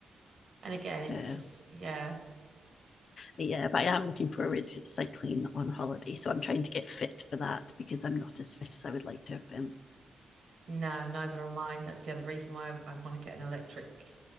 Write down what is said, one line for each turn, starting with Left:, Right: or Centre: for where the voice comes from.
Right: And again, it's
Left: Yeah,
Right: yeah,
Left: yeah, but I am looking forward to cycling on holiday. So I'm trying to get fit for that because I'm not as fit as I would like to have been.
Right: No, neither am I. That's the other reason why I want to get an electric